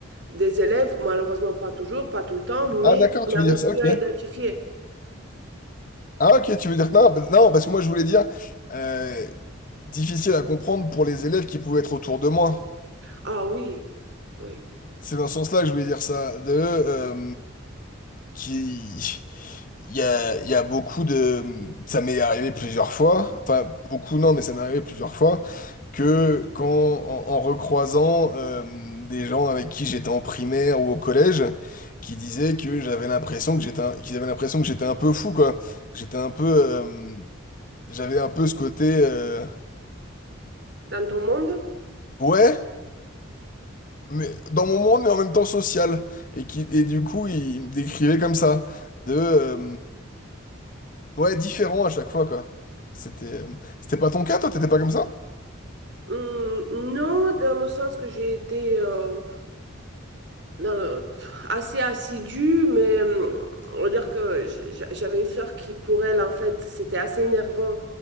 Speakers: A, on the right (about 55°); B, on the left (about 40°).
A: des élèves. Malheureusement, pas toujours, pas tout le temps, mais
B: Ah d'accord,
A: on
B: tu
A: arrive
B: veux dire ça, ok.
A: mieux à identifier.
B: Ah ok, tu veux dire... Non, bah- non parce que moi je voulais dire, euh, difficile à comprendre pour les élèves qui pouvaient être autour de moi.
A: Ah oui, oui.
B: C'est dans ce sens-là que je voulais dire ça. De, euh, qui il y a, il y a beaucoup de ça m'est arrivé plusieurs fois enfin beaucoup non mais ça m'est arrivé plusieurs fois que quand en, en recroisant euh, des gens avec qui j'étais en primaire ou au collège qui disaient que j'avais l'impression que j'étais un- qu'ils avaient l'impression que j'étais un peu fou quoi j'étais un peu euh, j'avais un peu ce côté euh,
A: Dans ton monde?
B: ouais mais dans mon monde mais en même temps social et qui et du coup ils, ils me décrivaient comme ça de euh, Ouais, différent à chaque fois, quoi. C'était euh, c'était pas ton cas, toi? T'étais pas comme ça?
A: Hum, non, dans le sens que j'ai été, euh, dans le- assez assidue, mais hum, on va dire que j- j- j'avais une sœur qui, pour elle, en fait, c'était assez énervant.